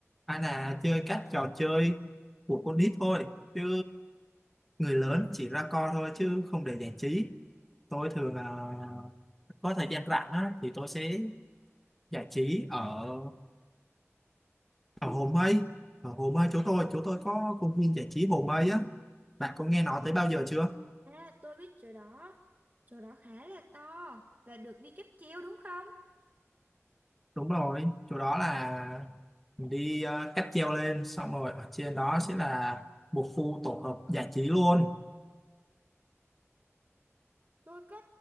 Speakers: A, in the centre; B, on the right.
A: hay là chơi các trò chơi của con nít thôi chứ người lớn chỉ ra coi thôi chứ không để giải trí tôi thường là có thời gian rảnh á, thì tôi sẽ giải trí ở ở Hồ Mây ở Hồ Mây chỗ tôi chỗ tôi có công viên giải trí Hồ Mây á bạn có nghe nói tới bao giờ chưa
B: À, tôi biết chỗ đó. Chỗ đó khá là to và được đi cáp treo đúng không?
A: đúng rồi chỗ đó là mình đi ờ, cáp treo lên xong rồi ở trên đó sẽ là một khu tổ hợp giải trí luôn
B: Tôi có